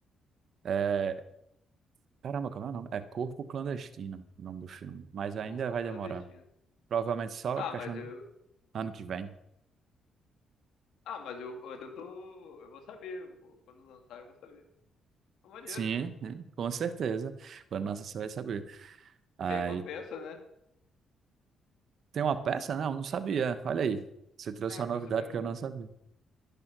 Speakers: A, on the right; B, on the left.
A: é... caramba, como é o nome? É Corpo Clandestino, o nome do filme, mas ainda
B: Corpo
A: vai
B: Clandestino.
A: demorar. Provavelmente só
B: Ah,
A: questão
B: mas eu.
A: de ano que vem.
B: Ah, mas eu, mas eu tô. Eu vou saber. eu vou- Quando lançar, eu vou saber. Pô, Maneiro.
A: Sim, né? com certeza. Quando lança, você vai saber. Aí
B: Tem uma peça, né?
A: Tem uma peça? Não, não sabia. Olha aí. Você trouxe
B: É,
A: uma
B: com
A: novidade
B: esse mesmo
A: que eu
B: nome.
A: não sabia.